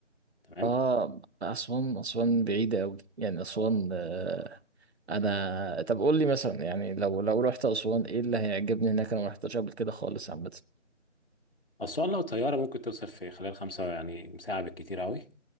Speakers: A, on the left; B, on the right.
A: تمام
B: اه اسوان اسوان بعيده قوي يعني اسوان آه انا طب قول لي مثلا يعني لو لو رحت اسوان ايه اللي هيعجبني هناك انا ما رحتش قبل كده خالص عامه
A: اسوان لو طياره ممكن توصل في خلال خمسه يعني ساعه بالكتير قوي